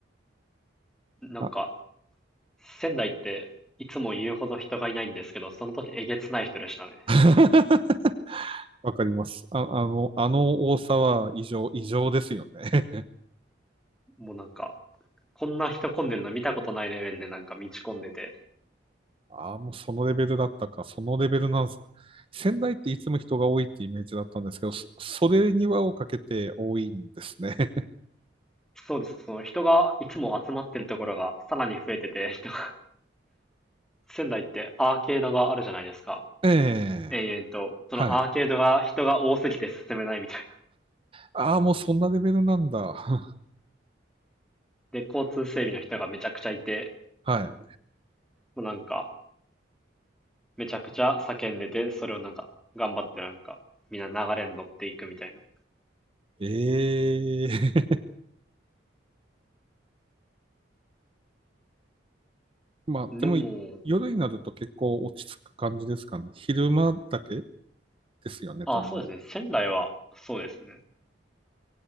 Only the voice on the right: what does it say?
あ、
<laughs> わかります。あ、あの、あの多さは異常、異常ですよね。
<laughs> ああ、もうそのレベルだったか、そのレベルなんです。仙台っていつも人が多いってイメージだったんですけど、そそれに輪をかけて多いんですね。
<laughs> え
え
はい。ああ、もうそんなレベルなんだ。<laughs>
は
い。ええまあ、
でも、夜になると結構落ち着く感じですかね。昼間だけですよね、
多分。